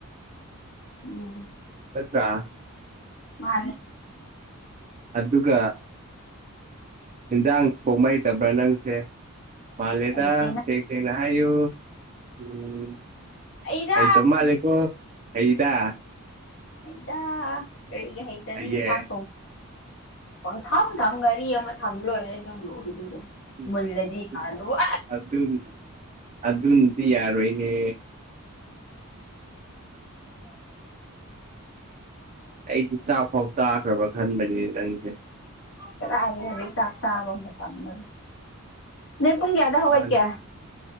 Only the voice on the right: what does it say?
ꯑꯠꯇꯆꯥ
ꯑꯗꯨꯗꯨꯒ ꯌꯦꯟꯖꯥꯡ ꯊꯣꯡꯉ ꯍꯩꯇꯕ꯭ꯔꯥ ꯅꯪꯁꯦ ꯃꯥꯜꯂꯦꯗ
ꯁꯦꯡ ꯁꯦꯡꯅ ꯍꯥꯏꯌꯣ ꯎꯝ
ꯑꯩ ꯇꯣꯝ ꯃꯥꯜꯂ‌ꯦꯀꯣ ꯍꯩꯗ
ꯍꯩꯌꯦ
ꯎꯝ
ꯏꯁ
ꯑꯗꯨꯅ ꯑꯗꯨ ꯗꯤ ꯌꯥꯔꯣꯏꯅꯦ ꯑꯩꯗꯤ ꯆꯥꯛꯐꯥꯎ ꯆꯥꯗꯔꯕ ꯈꯟꯕꯒꯤ ꯅꯪꯁ‌ꯦ
ꯃꯥꯅꯦ